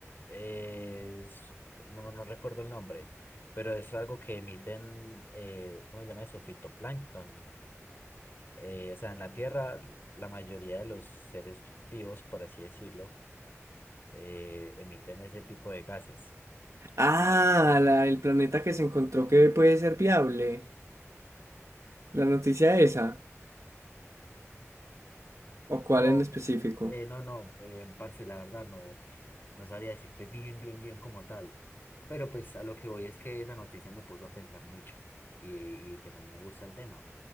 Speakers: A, on the left (about 45°); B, on the right (about 75°).
A: es, no, no recuerdo el nombre, pero es algo que emiten, eh, ¿cómo se llama eso? Fitoplancton. Eh, o sea, en la Tierra, la mayoría de los seres vivos, por así decirlo, eh, emiten ese tipo de gases.
B: Ah, la- el planeta que se encontró que puede ser viable. La noticia esa, o cuál
A: Como,
B: en específico.
A: eh, no, no, eh, parce, la verdad no, no sabría decirte bien, bien, bien como tal. Pero pues a lo que voy es que esa noticia me puso a pensar mucho y, y pues a mí me gusta el tema